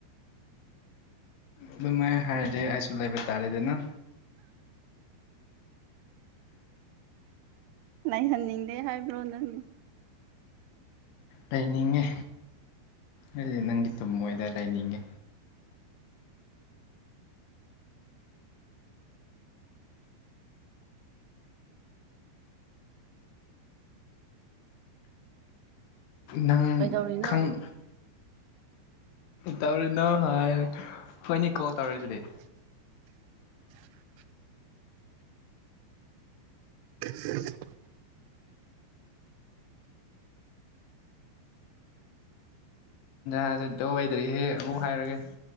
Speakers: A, on the left (about 85°); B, on the right (about 90°).
A: ꯑꯗꯨꯃꯥꯏ ꯍꯥꯏꯔꯗꯤ ꯑꯩꯁꯨ ꯂꯩꯕ ꯇꯥꯔꯦꯗꯅ
B: ꯂꯩꯍꯟꯅꯤꯡꯗꯦ ꯍꯥꯏꯕ꯭ꯔꯣ ꯅꯪ
A: ꯂꯩꯅꯤꯡꯉꯦ ꯑꯩꯗꯤ ꯅꯪꯒꯤ ꯊꯃꯣꯏꯗ ꯂꯩꯅꯤꯡꯉꯦ ꯅꯪ
B: ꯀꯩꯗꯧꯔꯤꯅꯣ
A: ꯈꯪ ꯇꯧꯔꯤꯅꯣ ꯍꯥꯏ ꯑꯩꯈꯣꯢꯅꯛ ꯒꯣꯜ ꯇꯧꯔꯤꯁꯤꯗꯤ
B: <unintelligible> <inaudible>
A: <inaudible> ꯂꯣꯏꯗ꯭ꯔꯤꯍꯦ ꯑꯃꯨꯛ ꯍꯥꯏꯔꯒꯦ